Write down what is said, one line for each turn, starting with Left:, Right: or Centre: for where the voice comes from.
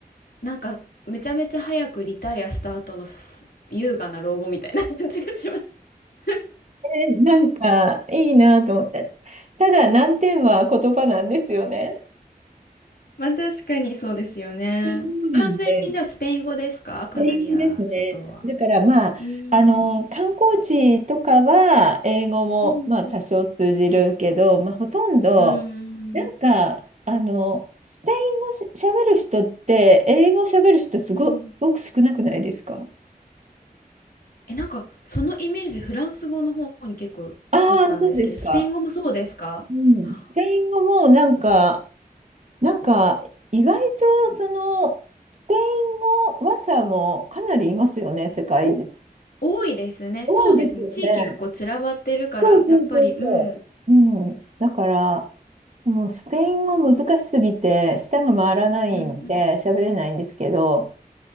Left: う、なんかめちゃめちゃ早くリタイアした後のす優雅な老後みたいな感じがします。<laughs>
Right: えなんかいいなと思った。ただ難点は言葉なんですよね。
Left: まあ確かにそうですよね。
Right: そうなんで。
Left: 完全にじゃあスペイン語ですかカナリア諸島は。
Right: スペイン語ですね。だからまあ、
Left: うーん。
Right: あの、観光地とかは英語もまあ多少通じるけど、
Left: うんうん。
Right: まあ、ほとんど、
Left: うーん。
Right: なんか、あの、スペイン語しゃべる人って、英語しゃべる人すご、
Left: うん
Right: すごく少なくないですか
Left: え、なんか、そのイメージ、フランス語の方に結構あったんですけど、
Right: ああ、そうですか。
Left: スペイン語もそうですか
Right: うん、
Left: <gasps>
Right: スペイン語もなんか、
Left: そう
Right: なんか、意外とその、スペイン語話者もかなりいますよね、世界中。
Left: お、多いですね。
Right: 多いですよね。
Left: そうですね。地域がこう散らばってるから、
Right: そうそうそうそう。
Left: やっぱり、うん、うん
Right: うん。だから、もうスペイン語難しすぎて、舌が回らないんで、
Left: うん
Right: 喋れないんですけど、